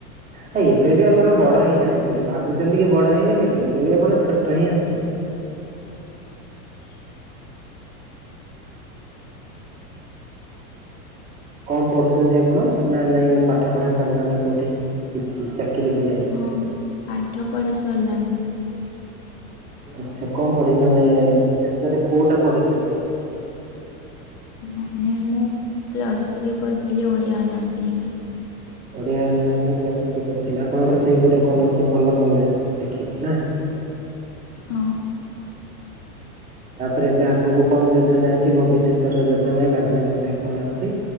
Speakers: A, on the right; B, on the left.
A: ଆ ଏବେ ବି ଆପଣ ବଡ ହେଇ ନାହାନ୍ତି ଭାବୁଛନ୍ତି କି ବଡ ହେଇଗଲେଣି ଏବେ ବି ଆପଣ ଛୋଟ ହିଁ ଅଛନ୍ତି।
B: <inaudible>
A: କଣ ପଢୁଛନ୍ତି ଆପଣ ନା ନାଇଁ ପାଠ ପଢା ସରିଲାଣି କୋଉଠି କିଛି? ଚାକିରି କଲେଣି?
B: ହଁ ପାଠ ପଢା ସରିଲାଣି।
A: ଆଛା କଣ ପଢି ମାନେ ଶେଷରେ କୋଉଟା ପଢିଥିଲେ
B: ମାନେ ମୁଁ ପ୍ଲସ୍ ଥ୍ରୀ କରିଥିଲି ଓଡିଆ ଅନର୍ସ ନେଇକି।
A: ଓଡିଆ ପ୍ଲସ୍ ଥ୍ରି କରିଥିଲେ ଆପଣଙ୍କର ସେଇ ଗୋଟେ କୌଣସି ଭଲ କଲେଜ୍ ଦେଖିକି ନା।
B: ହଁ।
A: ତାପରେ ଏବେ ଆଗକୁ କଣ ଯୋଜନା ଅଛି ଭବିଷ୍ୟତର ଯୋଜନା କାର୍ଯ୍ୟ ପନ୍ଥା କଣ ଅଛି।